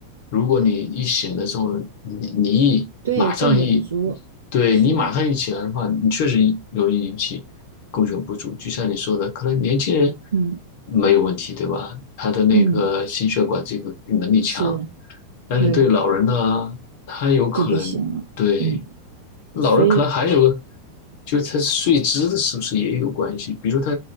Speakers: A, on the left; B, on the right.
A: 如果你一醒的时候，你你一马上一，
B: 对，供血不足是，
A: 对你马上一起来的话，你确实容易引起。供血不足。就像你说的，可能年轻人
B: 嗯
A: 没有问题，对吧？他的那个心血管这个能力强，
B: 嗯。是，
A: 但是对老人呢，
B: 对，
A: 他有可能对
B: 就不行了。嗯，
A: 老人可能还有，
B: 所以
A: 就是他睡姿的是不是也有关系？比如他